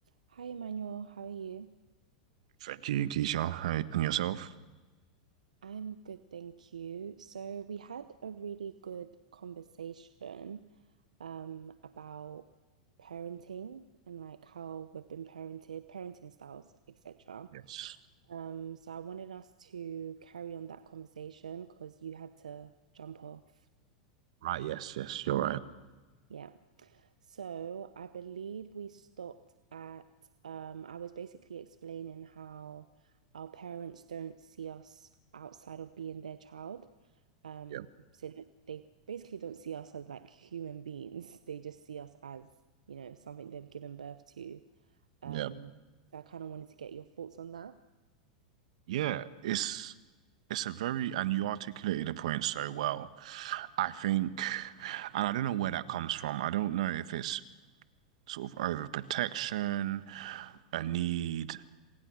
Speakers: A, on the right; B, on the right.
A: Hi, Emmanuel. How are you?
B: Thank you, Keisha. Hey, and yourself?
A: I'm good, thank you. So we had a really good conversation um, about parenting and like how we've been parented, parenting styles, etc.
B: Yes.
A: Um, so I wanted us to carry on that conversation because you had to jump off.
B: Right. Yes. Yes. You're right.
A: Yeah. So I believe we stopped at um, I was basically explaining how our parents don't see us outside of being their child. Um,
B: Yeah.
A: so they basically don't see us as like human beings. They just see us as, you know, something they've given birth to. Um,
B: Yeah.
A: so I kind of wanted to get your thoughts on that.
B: Yeah, it's it's a very and you articulated the point so well. I think, and I don't know where that comes from. I don't know if it's sort of overprotection, a need